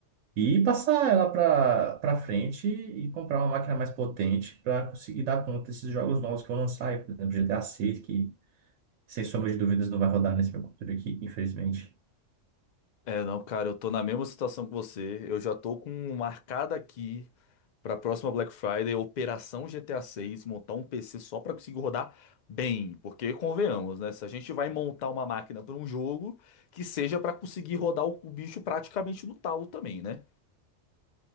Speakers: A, on the right (about 90°); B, on the left (about 65°).
A: e passar ela para para frente e comprar uma máquina mais potente para conseguir dar conta desses jogos novos que vão lançar aí, por exemplo, GTA 6, que sem sombra de dúvidas não vai rodar nesse meu computador aqui, infelizmente.
B: É, não, cara, eu tô na mesma situação que você. Eu já tô com marcada aqui pra próxima Black Friday, Operação GTA seis, montar um PC só pra conseguir rodar bem. Porque, convenhamos, né? Se a gente vai montar uma máquina pra um jogo, que seja pra conseguir rodar o, o bicho praticamente no talo também, né?